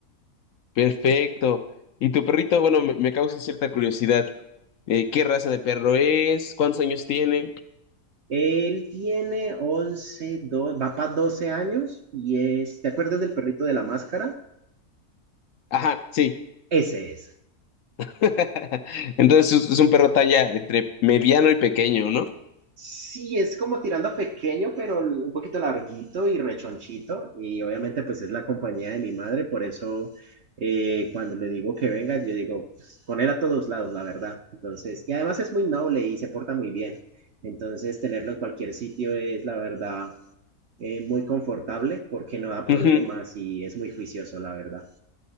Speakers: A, on the left; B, on the right.
A: Perfecto. Y tu perrito, bueno, me, me causa cierta curiosidad. Eh, ¿qué raza de perro es? ¿Cuántos años tiene?
B: Él tiene once dos va para 12 años y es, ¿te acuerdas del perrito de la máscara?
A: Ajá, sí.
B: Ese es.
A: <laughs> Entonces es es un perro tan ya entre mediano y pequeño, ¿no?
B: Sí, es como tirando a pequeño, pero l- un poquito larguito y rechonchito. Y obviamente pues es la compañía de mi madre, por eso eh, cuando le digo que venga, yo digo, pues, con él a todos lados, la verdad. Entonces, y además es muy noble y se porta muy bien. Entonces, tenerlo en cualquier sitio es, la verdad, eh, muy confortable porque no da problemas
A: Ujú,
B: y es muy juicioso, la verdad.